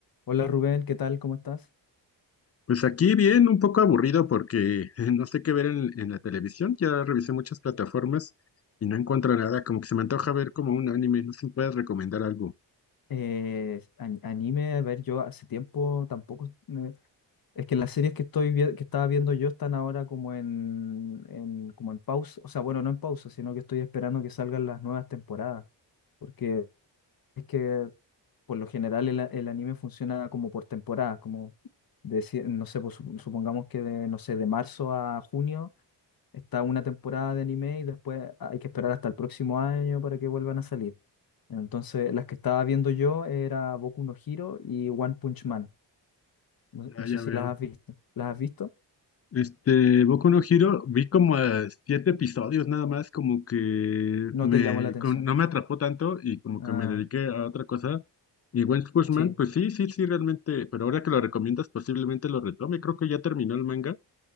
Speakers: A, on the left; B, on the left.
A: Hola Rubén, ¿qué tal? ¿Cómo estás?
B: Pues aquí bien, un poco aburrido porque <laughs> no sé qué ver en, en la televisión. Ya revisé muchas plataformas y no encuentro nada. Como que se me antoja ver como un anime. No sé si me puedes recomendar algo.
A: Eh, an- anime, a ver, yo hace tiempo tampoco... eh, es que las series que estoy vi- que estaba viendo yo están ahora como en, en- como en pausa, o sea, bueno, no en pausa, sino que estoy esperando que salgan las nuevas temporadas, porque es que por lo general el, a- el anime funciona como por temporadas, como de, cie- no sé, pues, sup- supongamos que de, no sé, de marzo a junio Está una temporada de anime y después hay que esperar hasta el próximo año para que vuelvan a salir. Entonces, las que estaba viendo yo era Boku no Hero y One Punch Man. No, no
B: Ah,
A: sé
B: ya
A: si
B: veo.
A: las has visto. ¿Las has visto?
B: Este, Boku no Hero, vi como eh, siete episodios nada más, como que
A: No
B: me,
A: te llamó la atención.
B: con- no me atrapó tanto y como
A: Ah,
B: que me dediqué a otra cosa. Y One Punch Man,
A: sí.
B: pues sí, sí, sí, realmente, pero ahora que lo recomiendas posiblemente lo retome. Creo que ya terminó el manga.